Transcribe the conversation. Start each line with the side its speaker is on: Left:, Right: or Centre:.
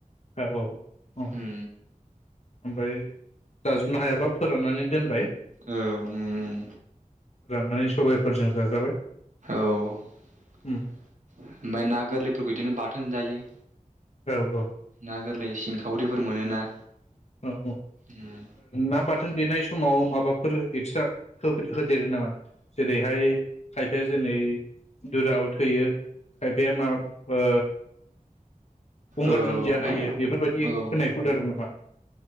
Left: औ औ औ ओमफाय
Right: उम
Left: जाजोबनो हायाबा फोराननानै दोनबाय।
Right: औ उम
Left: नानै सबाइफोरजों जाजाबाय।
Right: औ ओमाय
Left: उम
Right: ना गोरलैफोरखौ बिदिनो बा थोन जायो।
Left: औ औ
Right: ना गोरलै सिंखावरि फोर मोनोना।
Left: औ ओ
Right: उम
Left: ना बाथोन देनाय समाव माबाफोर एक्सट्रा होफे होदेरो नामा जेरैहाय खायफाया जनै दुराव थोयो खायफाया मा ओ गंगार
Right: औ
Left: दुनदिया होयो बेफोरबायदि होनाय
Right: औ
Left: हुदा दं नामा?